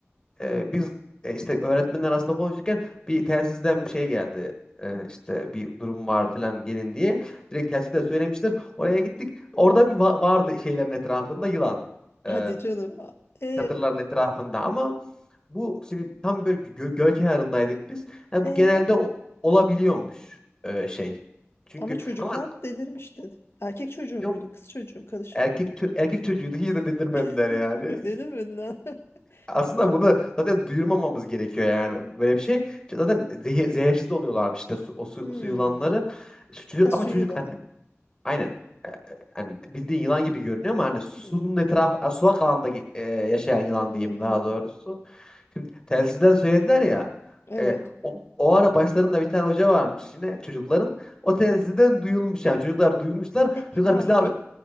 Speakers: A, on the left; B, on the left.
A: e, biz e, işte öğretmenler arasında konuşurken bir telsizden bir şey geldi. E, işte bir durum var falan gelin diye. Direkt telsizde söylemişler. Oraya gittik. Orada bir va- vardı şeylerin etrafında yılan.
B: Hadi
A: E,
B: canım. E,
A: çadırların etrafında ama bu şimdi tam böyle gö göl kenarındaydık biz. Ha,
B: e.
A: bu genelde o- olabiliyormuş e, şey. Çünkü
B: Ama çocuklar
A: ama
B: delirmiş dedi. Erkek çocuğu
A: yok
B: muydu? Kız çocuğu karışık
A: erkek
B: mı?
A: çö- erkek çocuğuydu hiç de delirmediler
B: <laughs>
A: yani.
B: Ne demedin ha? <laughs>
A: Aslında bunu zaten duyurmamamız gerekiyor yani böyle bir şey. Çünkü Zaten zehir, zehirsiz oluyorlarmış işte su, o su,
B: Hmm.
A: su yılanları. Şu Çocuk,
B: Ha
A: ama
B: su
A: çocuk
B: yılanı.
A: hani, aynen hani bildiğin yılan gibi görünüyor ama hani sunun
B: Hmm.
A: etrafı sulak alanda ge- e, yaşayan
B: Hmm.
A: yılan diyeyim daha doğrusu. Şimdi telsizden söylediler ya
B: Evet.
A: e, o, o ara başlarında bir tane hoca varmış yine çocukların. O telsizden duyulmuş yani çocuklar duymuşlar. Çocuklar
B: Eyvah.
A: bize